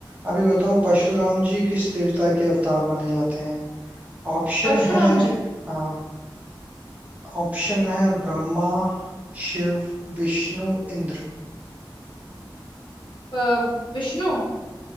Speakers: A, on the right; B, on the left.
A: अभी बताओ परशुराम जी किस देवता के अवतार माने जाते हैं ऑप्शन
B: परशुराम
A: है
B: जी
A: हाँ ऑप्शन है ब्रह्मा शिव विष्णु इंद्र
B: अ, विष्णु